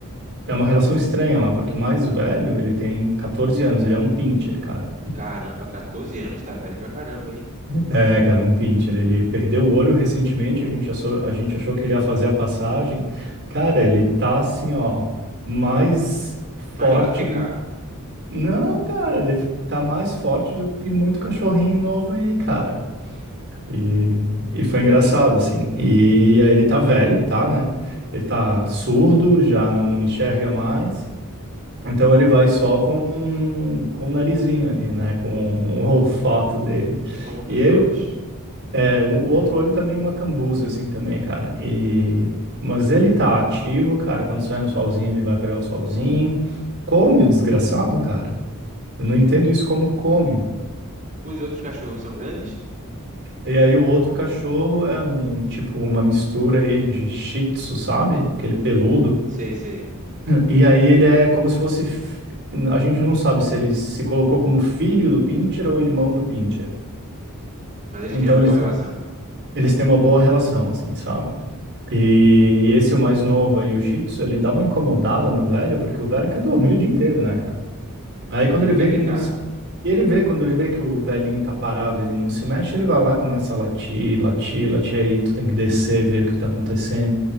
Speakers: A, on the right; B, on the right.
A: É uma relação estranha lá, porque o mais velho, ele tem 14 anos, ele é um pincher, cara.
B: caramba, 14 anos tá velho pra caramba, hein?
A: É, cara, um pincher. Ele perdeu o olho recentemente, a gente achou, a gente achou que ele ia fazer a passagem. Cara, ele tá assim, ó, mais forte
B: Mais lá do que
A: do.
B: cá.
A: Não, cara, ele tá mais forte do que muito cachorrinho novo aí, cara. E, e foi engraçado, assim. E aí ele tá velho, tá, né? Ele tá surdo, já não enxerga mais. Então ele vai só com, com o narizinho ali, né? Com o <laughs> olfato dele.
B: E com um dos
A: E eu,
B: olhos.
A: é, o o outro olho também é uma cambuza, assim, também, cara. E, mas ele tá ativo, cara. Quando sai um solzinho, ele vai pegar o solzinho. Come o desgraçado, cara. Eu não entendo isso como come.
B: Os outros cachorros são grandes?
A: E aí o outro cachorro é um tipo uma mistura aí de Shih Tzu, sabe? Aquele peludo.
B: Sei, sei.
A: E aí ele é como se fosse. f- A gente não sabe se ele se colocou como filho do Pincher ou irmão do Pincher.
B: Mas eles
A: Então
B: têm uma boa
A: eles,
B: relação.
A: eles têm uma boa relação, assim, sabe? E, e esse, o mais novo aí, o Shih Tzu, ele dá uma incomodada no velho, porque o velho quer dormir o dia inteiro, né, cara? Aí quando
B: E ele
A: ele
B: quer
A: vê
B: brincar.
A: que ele não se. Ele vê, quando ele vê que o velhinho tá parado, ele não se mexe, ele vai lá e começa a latir, latir, latir, aí tu tem que descer, ver o que tá acontecendo.